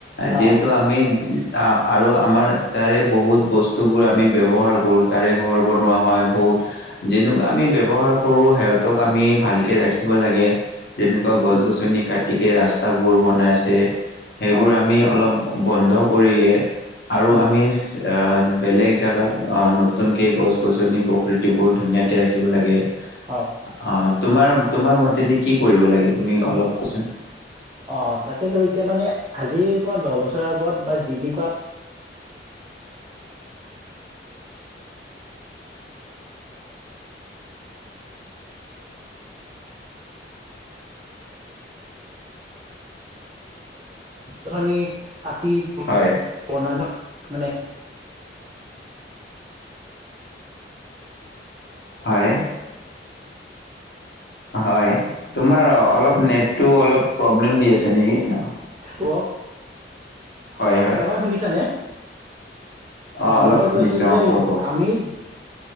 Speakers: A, on the right; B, on the left.
A: অ',
B: যিহেতু আমি আৰু আমাৰ তাৰে বহুত বস্তুবোৰ আমি ব্যৱহাৰ কৰোঁ তাৰে ঘৰ বনোৱা হয় বহুত যেনেকুৱা আমি ব্যৱহা ব্যৱহাৰ কৰো সিহঁতক আমি ভালকে ৰাখিব লাগে। যেনেকুৱা গছ
A: উম,
B: গছনি কাটি কাটিকে ৰাস্তাবোৰ বনাইছে সেইবোৰ
A: হয়,
B: আমি অলপ বন্ধ কৰিয়ে আৰু
A: উম,
B: আমি আহ বেলেগ জেগাত নতুনকৈ গছ গছনি প্ৰকৃতিবোৰ ধুনীয়াকৈ ৰাখিব লাগে। অ
A: হয়।
B: তোমাৰ তোমাৰ মতেদি কি কৰিব লাগে? তুমি অলপ কচোন।
A: অ', তাকেতো এতিয়া মানে আজিৰ পৰা দহ বছৰ আগত বা যি যি কি কুৱা <inaudible> <inaudible> খনি কাট <unintelligible>
B: হয়
A: বনাঞ্চল মানে
B: হয় হয় তোমাৰ অলপ নেট তো অলপ ৰূপালীম দি আছে নেকি?
A: কওক
B: হয় হয়
A: এবাৰ শুনিছা নে?
B: অ
A: অঁ
B: অলপ
A: মই
B: শুনিছো
A: কৈছিলো যে
B: অ কোৱা
A: আমি